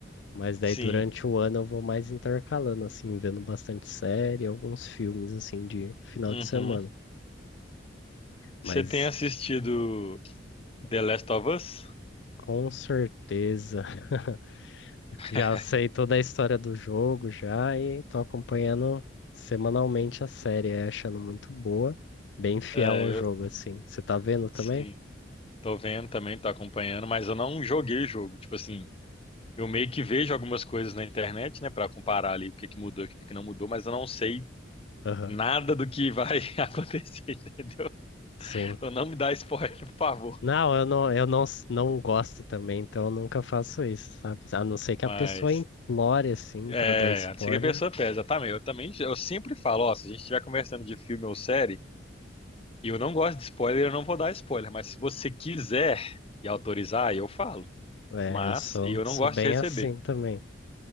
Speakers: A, on the left (about 70°); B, on the left (about 30°).
A: Mas daí
B: Sim.
A: durante o ano eu vou mais intercalando, assim, vendo bastante série, alguns filmes, assim, de final
B: Uhum.
A: de semana.
B: Você
A: Mas
B: tem assistido The Last of Us?
A: com certeza, <laughs> eu
B: <laughs>
A: já sei toda a história do jogo já e tô acompanhando semanalmente a série, é, achando muito boa, bem fiel
B: É,
A: ao
B: eu,
A: jogo, assim. Você tá vendo também?
B: sim. Tô vendo também, tô acompanhando, mas eu não joguei o jogo. Tipo assim, eu meio que vejo algumas coisas na internet, né, Pra comparar ali o que que mudou e o que que não mudou, mas eu não sei
A: Aham.
B: nada do que vai <laughs> acontecer, entendeu?
A: Sim.
B: Então não me dá spoiler, por favor.
A: Não, eu não, eu não, s- não gosto também, então eu nunca faço isso, sabe? A não ser que
B: Mas
A: a pessoa implore, assim,
B: é,
A: pra dar spoiler,
B: não sei que a pessoa pesa, exatamente. Eu também, eu sempre falo, ó, se a gente estiver conversando de filme ou série, e eu não gosto de spoiler, eu não vou dar spoiler, mas se você quiser e autorizar, eu falo.
A: É,
B: Mas
A: eu sou,
B: eu
A: sou
B: não gosto
A: bem
B: de receber.
A: assim também.